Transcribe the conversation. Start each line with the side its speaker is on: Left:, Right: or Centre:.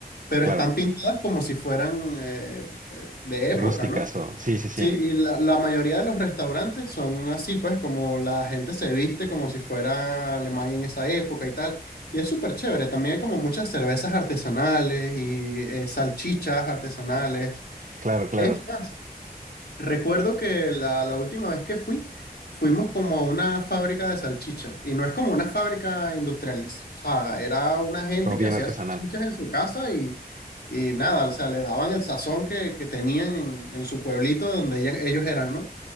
Left: pero
Right: Claro.
Left: están pintadas como si fueran eh, eh, de época,
Right: Rusticazo.
Left: ¿no?
Right: Sí, sí, sí.
Left: Sí, y la, la mayoría de los restaurantes son así, pues como la gente se viste como si fuera Alemania en esa época y tal. Y es súper chévere, también hay como muchas cervezas artesanales y eh, salchichas artesanales.
Right: Claro, claro.
Left: Es más, Recuerdo que la, la última vez que fui, fuimos como a una fábrica de salchicha. Y no es como una fábrica industrial. es- O sea, era una gente
Right: Como
Left: que
Right: bien
Left: hacía
Right: artesanal.
Left: salchichas en su casa y, y nada, o sea, le daban el sazón que, que tenían en, en su pueblito de donde ella- ellos eran, ¿no?